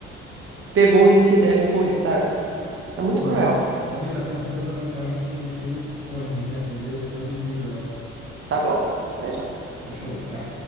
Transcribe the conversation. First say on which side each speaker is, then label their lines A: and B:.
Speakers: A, on the right; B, on the right.
A: pegou o link dela e foi, sabe? É muito
B: Ô,
A: cruel.
B: ô Nina, estão tocando a campainha aqui, deixa eu ali correndinho atender, depois eu te ligo de novo.
A: Tá bom. Até já.
B: Fechou, tchau.